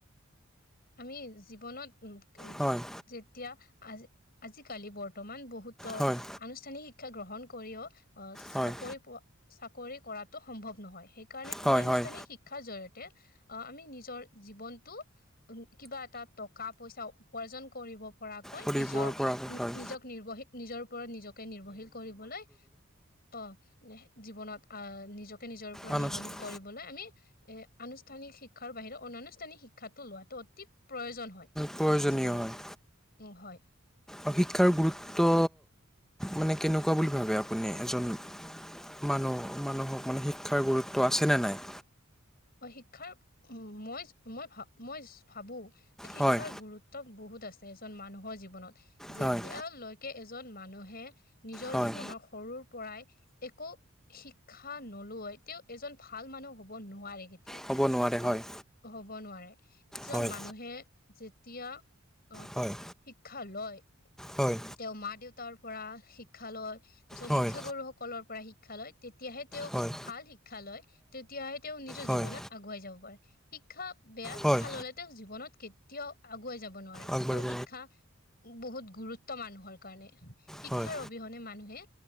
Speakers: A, on the left; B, in the centre.
A: আমি জীৱনত <unintelligible>
B: হয়
A: যেতিয়া আজ আজিকালি বৰ্তমান বহুত
B: হয়
A: আনুষ্ঠানিক শিক্ষা গ্ৰহণ কৰিও অ' চাকৰি
B: হয়
A: পোৱা চাকৰি কৰাতো সম্ভৱ নহয় সেই কাৰণে
B: হয়
A: অনানুষ্ঠানিক
B: হয়
A: শিক্ষাৰ জৰিয়তে আহ আমি নিজৰ জীৱনটো উম, কিবা এটা টকা পইচা উপাৰ্জন কৰিব পৰাকৈ
B: পৰিবৰ
A: নিজৰ,
B: পৰা হয়
A: নিজৰ নিৰ্ভশীল নিজৰ ওপৰত নিজকে নিৰ্ভৰশীল কৰিবলৈ ত' জীৱনত আহ নিজকে নিজৰ ওপৰত
B: আনুষ্ঠানিক
A: নিৰ্ভৰশীল কৰিবলৈ আমি এ আনুষ্ঠানিক শিক্ষাৰ বাহিৰে অনানুষ্ঠানিক শিক্ষাটো লোৱাটো অতি প্ৰয়োজন। হয়
B: প্ৰয়োজনীয়
A: জীৱনত
B: হয়
A: উম, হয়।
B: আৰু শিক্ষাৰ গুৰুত্ব মানে কেনেকুৱা বুলি ভাবে আপুনি এজন মানুহ, মানুহক মানে শিক্ষাৰ গুৰুত্ব আছেনে নাই?
A: অ' শিক্ষাৰ উম, মই-মই ভা মই ভাবো যে শিক্ষাৰ
B: হয়
A: গুৰুত্ব বহুত আছে এজন মানুহৰ জীৱনত যেতিয়ালৈকে
B: হয়
A: এজন মানুহে নিজৰ
B: হয়
A: জীৱনক সৰুৰ পৰাই একো শিক্ষা নলোৱ তেওঁ এজন ভাল মানুহ হ'ব নোৱাৰে। কেতিয়াও
B: ক'ব নোৱাৰে হয়
A: আহ হব নোৱাৰে এজন
B: হয়
A: মানুহে যেতিয়া অ'
B: হয়
A: শিক্ষা লয়।
B: হয়।
A: তেওঁ মা-দেউতাৰ পৰা শিক্ষা লয় তাৰপিছত
B: হয়
A: শিক্ষা গুৰুসকলৰ পৰা শিক্ষা লয়। তেতিয়াহে তেওঁ
B: হয়
A: ভাল শিক্ষা লয় তেতিয়াহে তেওঁ নিজৰ
B: হয়
A: জীৱনত আগুৱাই যাব পাৰে। শিক্ষা বেয়া
B: হয়
A: শিক্ষা ললে তেওঁ জীৱনত কেতিয়াও আগুৱাই যাব নোৱাৰে।
B: আগবাঢ়িব
A: আৰু শিক্ষা বহুত গুৰুত্ব মানুহৰ কাৰণে শিক্ষাৰ
B: হয়
A: অবিহনে মানুহে